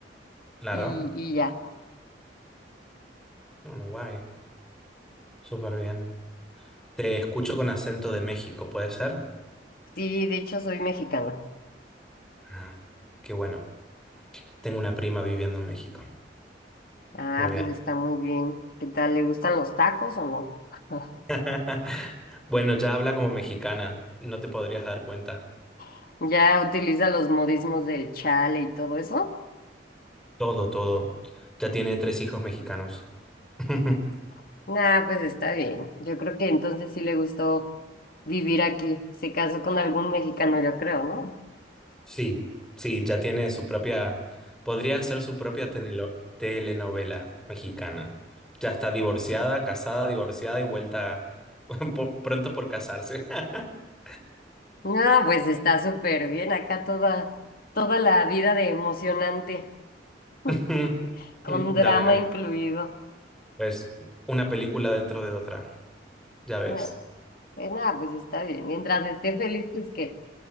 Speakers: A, in the centre; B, on the left (about 55°).
A: Claro.
B: y, y ya.
A: Bueno, guay. Súper bien. Te escucho con acento de México, ¿puede ser?
B: Sí, de hecho soy mexicana.
A: Ah, qué bueno. Tengo una prima viviendo en México.
B: Ah,
A: Muy bien.
B: pues está muy bien. ¿Qué tal? ¿Le gustan los tacos o no?
A: <laughs> Bueno, ya habla como mexicana. No te podrías dar cuenta.
B: <laughs> ¿Ya utiliza los modismos del chale y todo eso?
A: Todo, todo. Ya tiene tres hijos mexicanos. <laughs>
B: <laughs> ah pues está bien. Yo creo que entonces sí le gustó vivir aquí. Se casó con algún mexicano, yo creo, ¿no?
A: Sí, sí, ya tiene su propia, podría ser su propia tenelo- telenovela mexicana. Ya está divorciada, casada, divorciada y vuelta <laughs> por- pronto por casarse. <laughs>
B: Ah, pues está súper bien. Acá toda, toda la vida de emocionante, <laughs>
A: <laughs>
B: con
A: Ya
B: drama
A: veo.
B: incluido.
A: Pues una película dentro de otra, ya ves.
B: No, pues nada, pues está bien. Mientras esté feliz, pues que.